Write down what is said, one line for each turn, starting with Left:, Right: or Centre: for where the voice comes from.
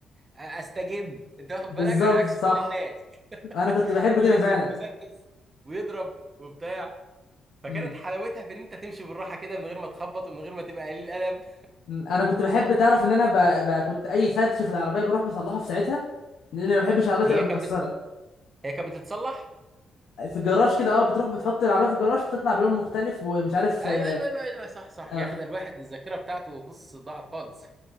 Right: آه، استجم انت واخد
Left: بالظبط
Right: بالك على عكس
Left: صح
Right: كل الناس
Left: انا
Right: <laughs>
Left: كنت بحب كده
Right: اللي يمسك
Left: فعلا
Right: مسدس ويضرب وبتاع فكانت
Left: امم
Right: حلاوتها في ان انت تمشي بالراحه كده من غير ما تخبط ومن غير ما تبقى قليل القلب
Left: أمم. انا كنت بحب تعرف ان انا ب... ب... كنت اي خدش في العربيه بروح بصلحه في ساعتها لان ما بحبش العربيه
Right: هي
Left: تبقى مكسره
Right: كانت بت... هي كانت بتتصلح
Left: في الجراج كده اه بتروح بتحط العربيه في الجراج بتطلع بلون مختلف ومش عارف
Right: ايوه
Left: اه
Right: ايوه ايوه ايوه صح صح
Left: آه.
Right: يا اخي ده الواحد الذاكره بتاعته بص ضاعت خالص